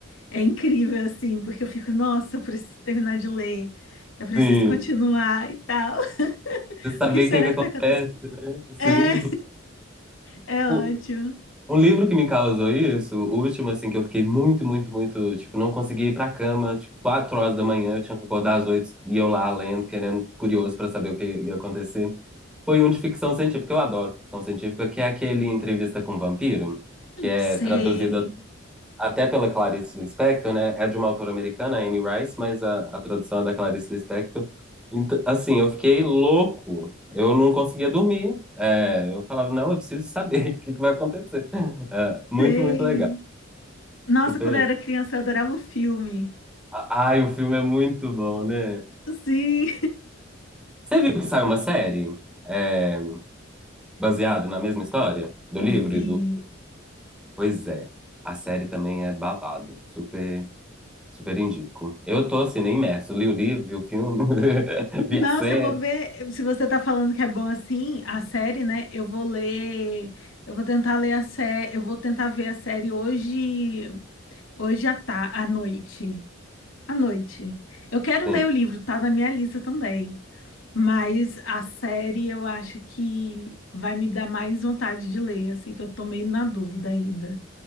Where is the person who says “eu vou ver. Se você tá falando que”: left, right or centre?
Left